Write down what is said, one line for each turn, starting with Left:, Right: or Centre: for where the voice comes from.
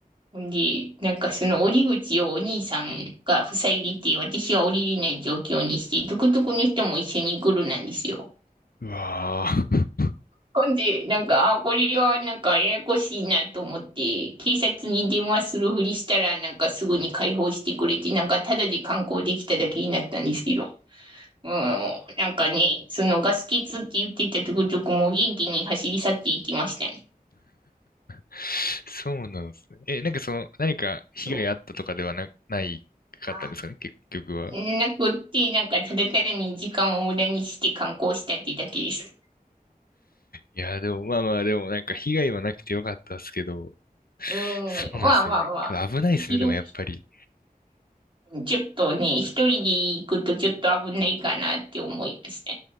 Right: ほんで、なんかその折り口をお兄さんが塞いでて、私は降りれない状況にして、トゥクトゥクの人も一緒に来るなんですよ。
Left: うわー
Right: ほんで、なんか、あ、これはなんかややこしいなと思って、警察に電話するふりしたら、なんかすぐに解放してくれて、なんかただで観光できただけになったんですけど、うん、なんかね、そのガス欠って言ってたとことこも元気に走り去っていきましたね。
Left: <laughs> そうなんですね。え、なんかその、何か被害あったとかではな、
Right: そう。
Left: ないかったんですかね結局は。
Right: あ、なくって、なんかただ単に時間を無駄にして観光したってだけです。
Left: いや、でも、まあまあ、でも、なんか被害はなくてよかったですけど、
Right: うん、
Left: そうなんですよね。
Right: まあまあまあ、
Left: 危ないですね、
Right: 広、
Left: でもやっぱり。
Right: うんちょっとね、一人で行くとちょっと危ないかなって思いました。